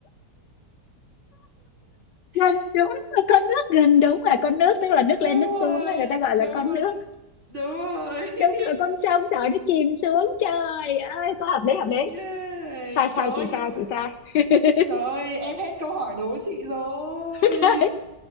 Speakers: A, on the left (about 75°); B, on the right (about 35°).
A: Nên
B: <laughs>
A: đúng là con nước gần đúng là con nước tức là nước lên
B: đúng
A: nước xuống
B: rồi
A: á, người ta gọi là
B: đúng
A: con
B: rồi
A: nước
B: đúng rồi <laughs>
A: đúng rồi con sông sợ nó chìm xuống trời ơi có hợp lý hợp lý
B: Yeah.
A: sai sai
B: Trời ơi
A: chị sai
B: nhưng mà
A: chị sai <laughs>
B: trời ơi em hết câu hỏi đố chị rồi.
A: Đấy.